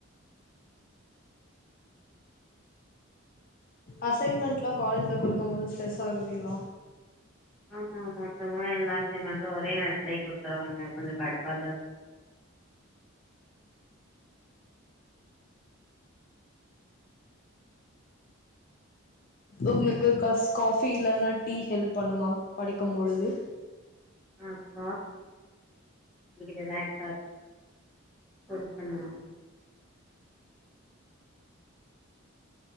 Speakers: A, on the left; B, in the centre.
A: அசைன்மெண்ட்லா காலேஜ்ல குடுக்கும் போது ஸ்ட்ரெஸ் ஆவுவீங்களா?
B: ஆமா மொத்தமா எல்லா அசைன்மெண்டு ஒரே நேரத்துலயே குடுத்துருவாங்க கொஞ்சோ கடுப்பாதா இருக்
A: உங்களுக்கு கஸ் காஃபி இல்லன்னா டீ ஹெல்ப் பண்ணுமா படிக்கும் பொழுது
B: ஆஹ் ரிலாக்ஸ்டா இருக் <unintelligible>